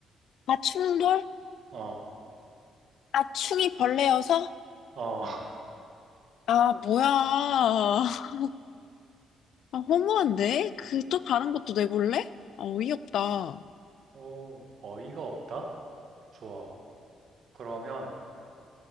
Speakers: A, on the left; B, on the right.
A: 아, 충돌?
B: 어,
A: 아, 충이 벌레여서?
B: 어. <laughs>
A: 아, 뭐야. 아, 허무한데? 그 또 다른 것도 내볼래? 아, 어이없다.
B: 오, 어이가 없다? 좋아. 그러면,